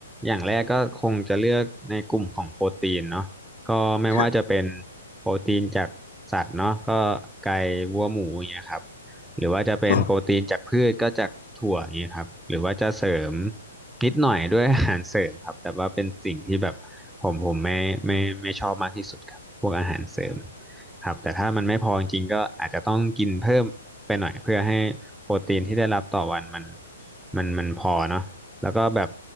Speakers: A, in the centre; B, on the left.
A: อย่างแรกก็คงจะเลือกในกลุ่มของโปรตีนเนาะก็ไม่ว่าจะเป็น
B: ค่ะ
A: โปรตีนจากสัตว์เนาะก็ไก่วัวหมูอย่างเงี้ยครับหรือว่าจะเป็นโปรตีนจากพืชก็จากถั่วอย่างเงี้ยครับหรือว่าจะเสริม
B: ค่ะ
A: นิดหน่อยด้วยอาหารเสริมครับแต่ว่าเป็นสิ่งที่แบบผมผมไม่ไม่ไม่ชอบมากที่สุดครับพวกอาหารเสริม ครับแต่ถ้ามันไม่พอจริงๆก็อาจจะต้องกินเพิ่มไปหน่อยเพื่อให้โปรตีนที่ได้รับต่อวันมันมันมันพอเนาะแล้วก็แบบ